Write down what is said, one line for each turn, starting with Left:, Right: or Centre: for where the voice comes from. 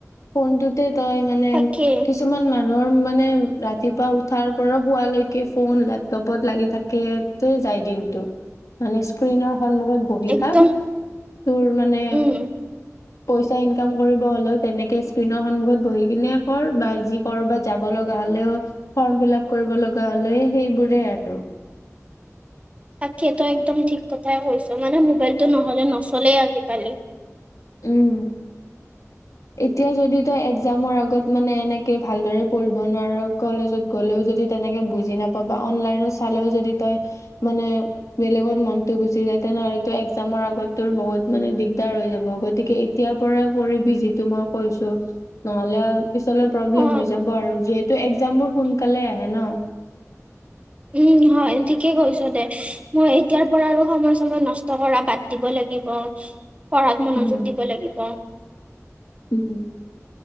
Left: ফোনটোতে তয় মানে
Right: তাকে
Left: কিছুমান মানুহৰ মানে, - ৰাতিপুৱা উঠাৰ পৰা শুৱালৈকে ফোন লেপটপত লাগি থাকে টেই যায় দিনটো। মানে স্ক্ৰীনৰ সন্মুখত বহি
Right: একদম
Left: থাক, তোৰ মানে-
Right: উম
Left: পইচা ইনকাম কৰিব হ'লেও তেনেকে স্ক্ৰীণৰ সন্মুখত বহি কিনে কৰ বা যি কৰবাত যাব লগ- লগা হ'লেও, ফৰ্ম ফিলাপ কৰিব লগা হ'লেও সেইবোৰে আৰু।
Right: তাকেই তয় একদম ঠিক কথাই কৈছ, মানে মোবাইলটো নহ'লে নচলেই আজিকালি।
Left: উম, এতিয়া যদি তই একজামৰ আগত মানে এনেকে ভালদৰে পঢ়িব নোৱাৰা কলেজত গ'লেও যদি তেনেকে বুজি নাপাবা, অনলাইনত চালেও যদি তই মানে বেলেগত মনটো গুচি যায়, তেনেহ'লে তো একজামৰ আগত তোৰ বহুত মানে দিগদাৰ হৈ যাব। গতিকে এতিয়াৰ পৰাই কৰিবি যিটো মই কৈছো, নহ'লে আ পিছলে প্ৰব্লেম
Right: অ
Left: হৈ যাব আৰু যিহেতু একজাম বোৰ সোনকালে আহে ন'।
Right: উম, হয় ঠিকেই কৈছা দে, মই এতিয়াৰ পৰা আৰু সময় চময় নষ্ট কৰা বাদ দিব লাগিব।
Left: <unintelligible>
Right: পঢ়াত মনোযোগ
Left: উম,
Right: দিব লাগিব।
Left: উম,